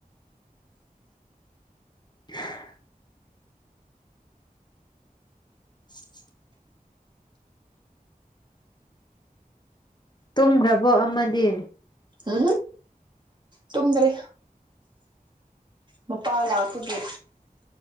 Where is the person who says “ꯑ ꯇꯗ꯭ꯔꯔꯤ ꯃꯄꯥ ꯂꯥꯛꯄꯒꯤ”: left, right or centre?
Right